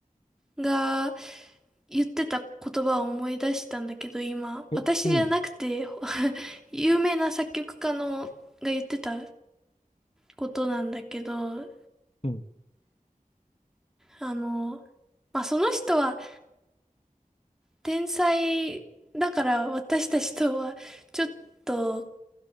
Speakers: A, in the centre; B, on the left (about 45°).
A: が言ってた言葉を思い出したんだけど、今、
B: え、
A: 私じゃなくて
B: うん、
A: <laughs>、有名な作曲家のが言ってたことなんだけど、
B: うん。
A: あの、まあ、その人は天才だから私たちとはちょっと、